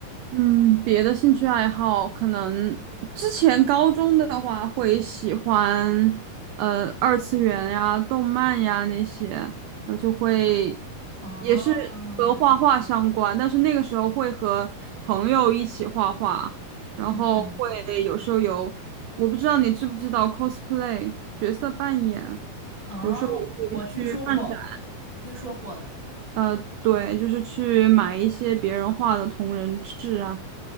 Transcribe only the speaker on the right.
嗯，别的兴趣爱好可能之前高中的话会喜欢，呃，二次元呀、动漫呀那些，我就会
也是和画画相关，但是那个时候会和朋友一起画画，然后会有时候有，
我不知道你知不知道 cosplay 角色扮演，
有时候也会去漫展，
呃，对，就是去买一些别人画的同人志啊。